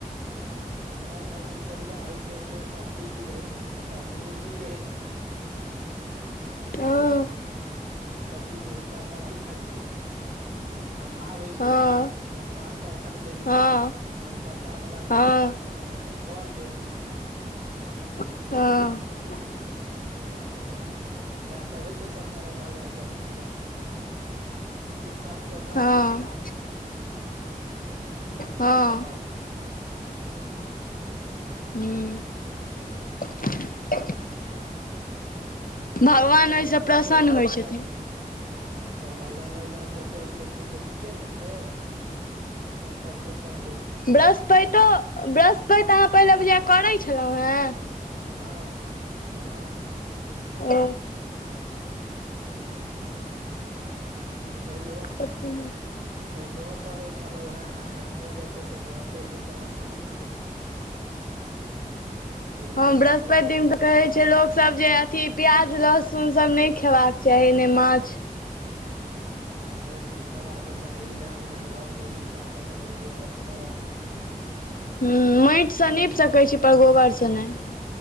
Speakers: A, on the right; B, on the left.
A: सत्य नारायण भगवान के पूजा होइ छै ओहिमे एकटा पंडीजी रहै छथिन एकटा पूजगिरी रहै छथिन
B: <inaudible> <unintelligible> हँ
A: ओ जे पण्डी जी हुनका पढ़बै छथिन कथा होइ छै
B: हँ
A: लोग पान परसाद ले या
B: हँ
A: पान परसाद लेलक
B: हँ
A: तकर बादमे अपन अपन घर गेल
B: हँ
A: हँ तऽ इएहसभ होय छै सत्यनारायण भगवानके पूजामे इसबके करबाक
B: हँ
A: चाही हँ ई पूजा सभके
B: हँ
A: करबाक चाही
B: ह्म्म
A: हँ
B: <unintelligible> भगवान
A: भगवानक
B: ओहिसँ
A: नाम जते
B: प्रसन्न
A: होय छै
B: होइ
A: से
B: छथिन
A: सबके हँ भगवानक नाम जते लोग लै छै से नीके ने छै सब पर प्रसन्न होय छै
B: ब्रस्पैतो ब्रस्पैत अहाँ पहिनेे बुझाय करैत छलहुँ हेँ
A: हँ हँ
B: ओ
A: पहिनो
B: अथी
A: पहनिओ करे छलहुँ हें एखनो जे छै से बृहस्पति दिन के हम थोड़ी किछो खइ छी ओहि दिनका
B: हँ बृहस्पति
A: क्लियर रहै
B: दिन तऽ
A: छियै
B: कहै छै लोक सब जे अथी प्याज लहसुनसभ नहि खेबाक चाही ने माछ
A: नहि किछु खेबाकप के चाही ने अगंना घर नहि निपबाक के चाही गोबरसँ
B: ह माटिसँ नीप सकैत छी पर गोबरसँ नहि